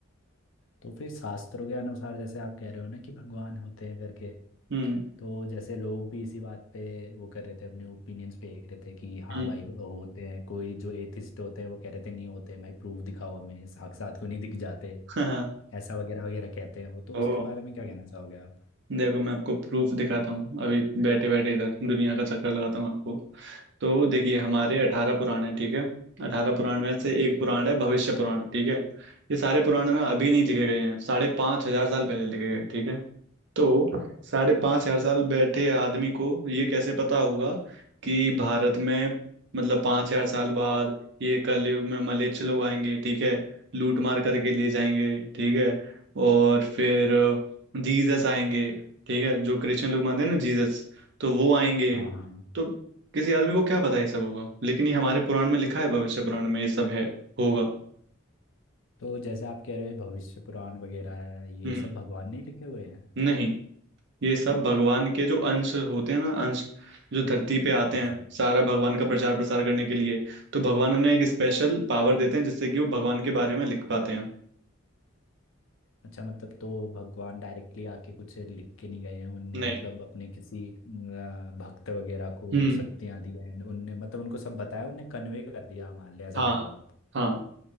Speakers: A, on the left; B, on the right.
A: तो फिर शास्त्रों के अनुसार जैसे आप कह रहे हो ना कि भगवान होते हैं करके
B: हम्म
A: तो जैसे लोग भी इसी बात पे वो कर रहे थे अपने ओपिनियंस फेंक रहे थे कि हाँ
B: हम्म,
A: भाई होते हैं कोई जो एथिस्ट होते हैं वो कह रहे थे नहीं होते हैं भाई प्रूफ दिखाओ हमें साक्षात क्यों नहीं दिख जाते
B: <laughs> हाँ हाँ
A: ऐसा वगैरह वगैरह कहते हैं वो तो
B: ओ
A: उसके बारे में क्या कहना चाहोगे आप
B: देखो मैं आपको प्रूफ दिखाता हूँ अभी बैठे बैठे इधर दुनिया का चक्कर लगाता हूँ आपको तो देखिए हमारे अठारह पुराण हैं ठीक है अठारह पुराण में से
A: जी
B: एक पुराण है भविष्य पुराण ठीक है ये सारे पुराण ना अभी नहीं लिखे गए हैं साढ़े पाँच हजार साल पहले लिखे गए ठीक है तो साढ़े पांच हजार साल बैठे आदमी को ये कैसे पता होगा कि भारत में मतलब पांच हजार साल बाद ये कलयुग में मलेच्छ लोग आएंगे ठीक है लूट मार करके ले जाएंगे ठीक है और फिर जीसस आएंगे ठीक है जो क्रिश्चियन लोग मानते हैं ना जीसस तो वो आएंगे
A: हाँ हाँ
B: तो किसी आदमी को क्या पता ये सब होगा लेकिन ये हमारे पुराण में लिखा है भविष्य पुराण में ये सब है होगा
A: तो जैसे आप कह रहे हो भविष्य पुराण वगैरह है ये
B: हम्म
A: सब भगवान ने ही लिखे हुए हैं
B: नहीं ये सब भगवान के जो अंश होते हैं ना अंश जो धरती पे आते
A: अच्छा
B: हैं सारा भगवान का प्रचार प्रसार करने के लिए तो भगवान उन्हें एक स्पेशल पावर देते हैं जिससे कि वो भगवान के बारे में लिख पाते हैं
A: अच्छा मतलब तो भगवान डायरेक्टली आके कुछ लिख के नहीं गए हैं उनने
B: नहीं
A: मतलब अपने किसी अ, भक्त वगैरह को
B: हम्म
A: शक्तियां दी हैं उनने मतलब उनको सब बताया उनने कन्वे कर दिया हमारे लिए ऐसा
B: हाँ
A: कह रहे हो आप
B: हाँ